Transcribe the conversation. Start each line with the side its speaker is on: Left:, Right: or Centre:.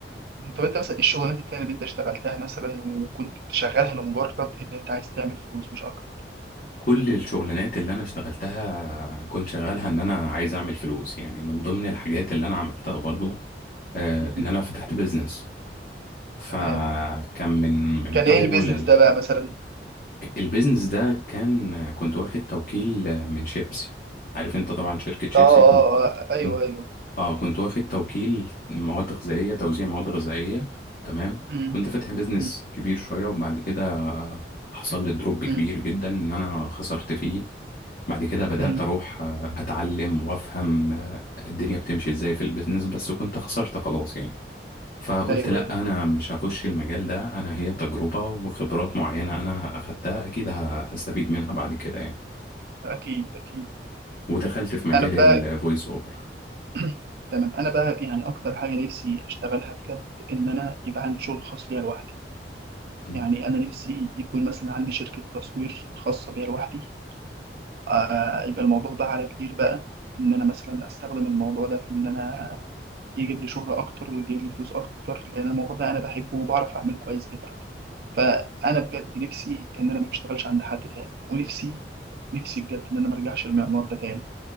Right: طب انت مثلا ايه الشغلانات التانية اللي انت اشتغلتها مثلا وكنت بتشغلها لمجرد ان انت عايز تعمل فلوس مش اكتر
Left: كل الشغلانات اللي انا اشتغلتها كنت شغالها ان انا عايز اعمل فلوس يعني من ضمن الحاجات اللي انا عملتها برضو آه،
Right: مم.
Left: ان انا فتحت بيزنس فكان
Right: تمام
Left: من من
Right: كان ايه
Left: اول
Right: البيزنس
Left: ال-
Right: ده بقى مثلا
Left: البيزنس ده كان كنت واخد توكيل من شيبسي عارف انت طبعا شركة شيبسي
Right: اه اه
Left: كنت
Right: آه، ايوه
Left: كنت
Right: ايوه
Left: اه كنت واخد توكيل مواد غذائية توزيع مواد غذائية تمام
Right: مم.
Left: كنت فاتح بيزنس
Right: مم.
Left: كبير شوية وبعد كده حصل لي دروب
Right: مم.
Left: كبير جدا ان انا خسرت فيه بعد كده بدأت
Right: مم.
Left: أروح آه، أتعلم وأفهم آه، الدنيا بتمشي إزاي في البيزنس بس كنت خسرت خلاص يعني فقلت
Right: ايوه
Left: لأ
Right: ايوه
Left: أنا مش هخش المجال ده أنا هي تجربة وخبرات معينة أنا أخدتها أكيد ه- هستفيد منها بعد كده يعني
Right: اكيد اكيد
Left: ودخلت في مجال
Right: انا بقى
Left: الفويس أوفر
Right: <clears throat> تمام انا بقى يعني اكتر حاجه نفسي اشتغلها بجد ان انا يبقى عندي شغل خاص ليا لوحدي
Left: مم.
Right: يعني انا نفسي يكون مثلا عندي شركه تصوير خاصه بيا لوحدي آه يبقى الموضوع بقى على كبير بقى ان انا مثلا استخدم الموضوع ده في ان انا يجيب لي شهره اكتر ويجيب لي فلوس اكتر لان الموضوع ده انا بحبه وبعرف اعمله كويس جدا فانا بجد نفسي ان انا ما اشتغلش عند حد تاني ونفسي نفسي بجد ان انا ما ارجعش للمعمار ده تاني